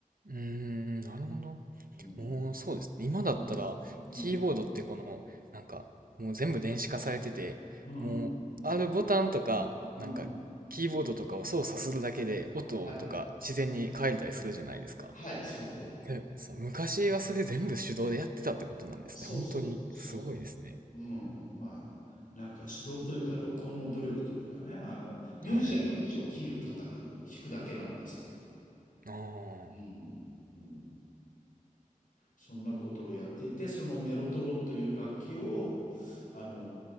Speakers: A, on the right (about 85°); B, on the left (about 70°).
A: うーん、なるほど。
B: うん。
A: もうそうですね。今だったら、
B: うん。うん。
A: キーボードってこの、なんか、もう全部電子化されてて、
B: うん。
A: もう、あるボタンとか、
B: うん。
A: なんか、
B: うん
A: キーボードとかを操作するだけで、音とか自然に変えたりするじゃないですか。
B: はい。はい、その通り。
A: えそう、昔はそれ全部手動でやってたってことなんですね。
B: そうそう、
A: 本当に、
B: そ
A: すごいですね。
B: う。うん、まあ、なんか指導というか録音の努力というかね、あの、ミュージシャンは一応キーを叩く、
A: はい。
B: 弾くだけなんですけど、
A: ああ、
B: うん、うん。そんなことをやっていて、そのメロトロンという楽器を、あの、